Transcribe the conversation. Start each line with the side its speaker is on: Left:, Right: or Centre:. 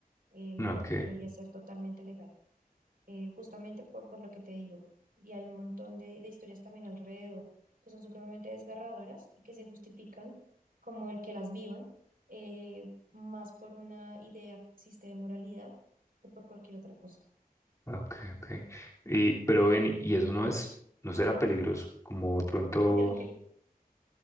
Right: el-
Left: Okay.
Right: debería ser totalmente legal eh, justamente por, por lo que te digo. Y hay un montón de, de historias también alrededor que son supremamente desgarradoras y que se justifican como el que las vivan, eh, más por una idea que existe de moralidad que por cualquier otra cosa.
Left: Okay, okay. Y pero ven, y eso no es, no será peligroso, como de pronto
Right: <laughs> Ok.